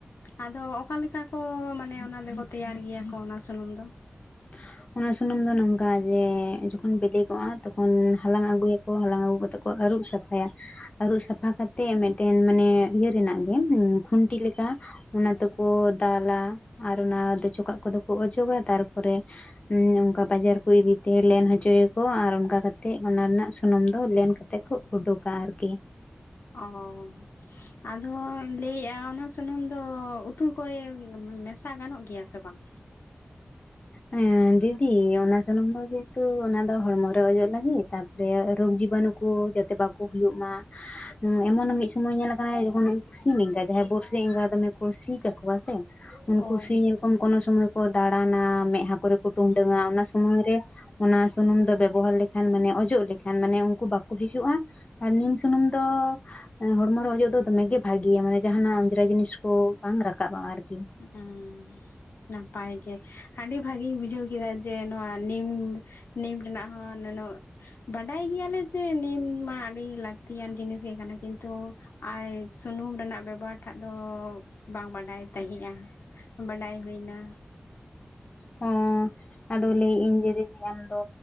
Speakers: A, on the left; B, on the left.
A: ᱟᱫᱚ ᱚᱠᱟᱞᱮᱠᱟ ᱠᱚ ᱢᱟᱱᱮ ᱚᱱᱟ ᱫᱚ ᱠᱚ ᱛᱮᱭᱟᱨ ᱜᱮᱭᱟ ᱠᱚ ᱚᱱᱟ ᱥᱩᱱᱩᱢ ᱫᱚ
B: <unintelligible> ᱚᱱᱟ ᱥᱩᱱᱩᱢ ᱫᱚ ᱱᱚᱝᱠᱟ ᱡᱮ ᱡᱚᱠᱷᱚᱱ ᱵᱤᱞᱤᱠᱚᱜᱼᱟ ᱛᱚᱠᱷᱚᱱ ᱦᱟᱞᱟᱝ ᱟᱹᱜᱩᱭᱟᱠᱚ ᱦᱟᱞᱟᱝ ᱟᱹᱜᱩ ᱠᱟᱛᱮ ᱠᱚ ᱟᱹᱨᱩᱵ ᱥᱟᱯᱷᱟᱭᱟ ᱟᱹᱨᱩᱵ ᱥᱟᱯᱷᱟ ᱠᱟᱛᱮᱜ ᱢᱤᱫᱴᱮᱱ ᱢᱟᱱᱮ ᱤᱭᱟᱹ ᱨᱮᱱᱟᱜ ᱜᱮ ᱠᱷᱩᱱᱴᱤ ᱞᱮᱠᱟ ᱚᱱᱟ ᱛᱚᱠᱚ ᱫᱟᱹᱞᱟ ᱟᱨ ᱚᱱᱟ ᱫᱚ ᱪᱚᱠᱟᱜ ᱠᱚᱫᱚ ᱠᱚ ᱚᱪᱚᱜᱟ ᱛᱟᱨᱯᱚᱨᱮ ᱚᱱᱠᱟ ᱵᱟᱡᱟᱨ ᱠᱚ ᱤᱫᱤᱛᱮ ᱞᱮᱱ ᱦᱚᱪᱚᱭᱟᱠᱚ ᱟᱨ ᱚᱱᱠᱟ ᱠᱟᱛᱮᱜ ᱚᱱᱟ ᱨᱮᱱᱟᱜ ᱥᱩᱱᱩᱢ ᱫᱚ ᱞᱮᱱ ᱠᱟᱛᱮᱫ ᱠᱚ ᱩᱰᱩᱠᱟ ᱟᱨ ᱠᱤ
A: ᱚᱸ ᱚᱸ ᱚᱸ ᱟᱫᱚᱧ ᱞᱟᱹᱭᱮᱜ-ᱟ ᱚᱱᱟ ᱥᱩᱱᱩᱢ ᱫᱚ ᱩᱛᱩ ᱠᱚᱨᱮ ᱢᱮᱥᱟ ᱜᱟᱱᱚᱜ ᱜᱮᱭᱟ ᱥᱮ ᱵᱟᱝ
B: ᱦᱮᱸ ᱫᱤᱫᱤ ᱚᱱᱟ ᱥᱩᱱᱩᱢ ᱫᱚ ᱡᱮᱦᱮᱛᱩ ᱚᱱᱟ ᱫᱚ ᱦᱚᱲᱢᱚᱨᱮ ᱚᱡᱚᱜ ᱞᱟᱹᱜᱤᱫ ᱫᱮ ᱨᱚᱜᱽ ᱡᱤᱵᱟᱱᱩ ᱠᱚ ᱡᱟᱛᱮ ᱵᱟᱠᱚ ᱦᱩᱭᱩᱜ ᱢᱟ ᱮᱢᱚᱱ ᱦᱚᱸ ᱢᱤᱫ ᱥᱚᱢᱚᱭ ᱧᱮᱞ ᱠᱟᱱᱟ ᱡᱚᱠᱷᱚᱱ ᱩᱱᱠᱩ ᱥᱤᱢ ᱮᱸᱜᱟ ᱡᱟᱦᱟᱸᱭ ᱵᱚᱨᱥᱤ ᱮᱸᱜᱟ ᱫᱚᱢᱮ ᱠᱚ ᱥᱤ ᱠᱟᱠᱚᱣᱟ ᱥᱮ ᱩᱱᱠᱩ
A: ᱚ
B: ᱥᱮᱭᱨᱚᱠᱚᱢ ᱠᱚᱱᱚ ᱥᱚᱢᱚᱭ ᱠᱚ ᱫᱟᱬᱟᱱᱟ ᱢᱮᱫᱦᱟ ᱠᱚᱨᱮ ᱠᱚ ᱴᱩᱰᱟᱹᱝᱟ ᱚᱱᱟ ᱥᱚᱢᱚᱭ ᱨᱮ ᱚᱱᱟ ᱥᱩᱱᱩᱢ ᱫᱚ ᱵᱮᱵᱚᱦᱟᱨ ᱞᱮᱠᱷᱟᱱ ᱢᱟᱱᱮ ᱚᱡᱚᱜ ᱞᱮᱠᱷᱟᱱ ᱢᱟᱱᱮ ᱩᱱᱠᱩ ᱵᱟᱠᱚ ᱦᱤᱡᱩᱜᱼᱟ ᱟᱨ ᱱᱤᱢ ᱥᱩᱱᱩᱢ ᱫᱚ ᱢᱟᱱᱮ ᱦᱚᱲᱢᱚ ᱨᱮ ᱚᱡᱚᱜ ᱫᱚ ᱫᱚᱢᱮ ᱜᱮ ᱵᱷᱟᱜᱮᱭᱟ ᱢᱟᱱᱮ ᱡᱟᱦᱟᱱᱟᱜ ᱚᱸᱡᱽᱨᱟ ᱡᱤᱱᱤᱥ ᱠᱚ ᱵᱟᱝ ᱨᱟᱠᱟᱵᱼᱟ ᱟᱨᱠᱤ
A: ᱦᱚᱸᱜ ᱚᱸ ᱱᱟᱯᱟᱭ ᱜᱮ ᱟᱹᱰᱤ ᱵᱷᱟᱹᱜᱮᱧ ᱵᱩᱡᱷᱟᱹᱣ ᱠᱮᱫᱟ ᱡᱮ ᱱᱚᱣᱟ ᱱᱤᱢ ᱱᱤᱢ ᱨᱮᱱᱟᱜ ᱦᱚᱸ ᱱᱩᱱᱟᱹᱜ ᱵᱟᱰᱟᱭ ᱜᱮᱭᱟᱞᱮ ᱡᱮ ᱱᱤᱢ ᱢᱟ ᱟᱹᱰᱤ ᱞᱟᱹᱠᱛᱤᱭᱟᱱ ᱡᱤᱱᱤᱥ ᱜᱮ ᱠᱟᱱᱟ ᱠᱤᱱᱛᱩ ᱟᱭ ᱥᱩᱱᱩᱢ ᱨᱮᱱᱟᱜ ᱵᱮᱵᱚᱦᱟᱨ ᱴᱷᱟᱜ ᱫᱚ ᱵᱟᱝ ᱵᱟᱰᱟᱭ ᱛᱟᱦᱮᱸᱜᱼᱟ ᱵᱟᱰᱟᱭ ᱦᱩᱭᱱᱟ
B: ᱦᱚᱸ ᱟᱫᱚ ᱞᱟᱹᱭ ᱤᱧ ᱡᱮ ᱫᱤᱫᱤ ᱟᱢᱫᱚ